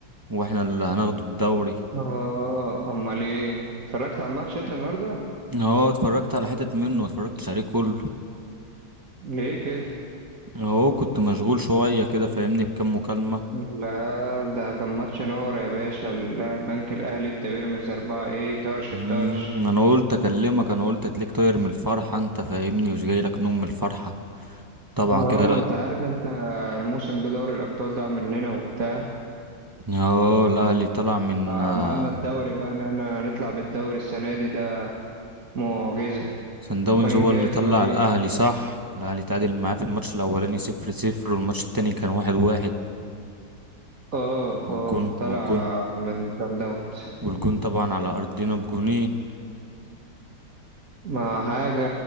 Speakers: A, on the right; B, on the right.
A: واحنا اللي هناخده الدوري
B: اه امال ايه اتفرجت على الماتش انت النهارده
A: اه اتفرجت على حتت منه متفرجتش عليه كله
B: ليه كده
A: اهو كنت مشغول شوية كده فاهمني بكام مكالمة
B: لا ده كان ماتش نور يا باشا ال- البنك الاهلي ادى بيراميدز اربعة ايه طرش
A: مم،
B: الطرش
A: انا قلت اكلمك انا قلت تليك طاير من الفرحة انت فاهمني مش جاي لك نوم من الفرحة طبعا
B: اه
A: كده لا
B: ما انت عارف انت الموسم ده دوري الابطال ده مننا وبتاع
A: اه الاهلي طلع من آه،
B: عملنا الدوري بقى ان احنا نطلع بالدوري السنه دي ده معجزه
A: سان داونز
B: وانجاز
A: هو اللي طلع
B: بقى لينا
A: الاهلي صح الاهلي تعادل معاه في الماتش الاولاني صفر صفر والماتش التاني كان واحد واحد
B: اه
A: والجون
B: اه طلع
A: والجون
B: من سان داونز
A: والجون طبعا على ارضنا بجونين
B: ما حاجة